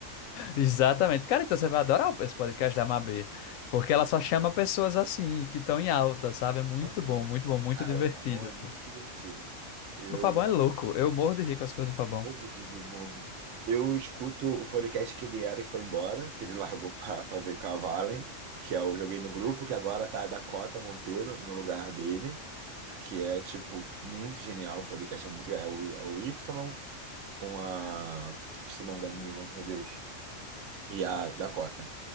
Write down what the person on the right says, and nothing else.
Aham.
Cara,
o Fabão é muito divertido. Eu
Novo de Rio Novo. Eu escuto o podcast que ele era e foi embora, que ele largou <laughs> para fazer com a Valen, que eu joguei no grupo, que agora tá a Dakota Monteiro no lugar dele, que é, tipo, muito genial. O podcast é muito. É o, é o Y com a. Esse nome da menina, meu Deus. E a Dakota.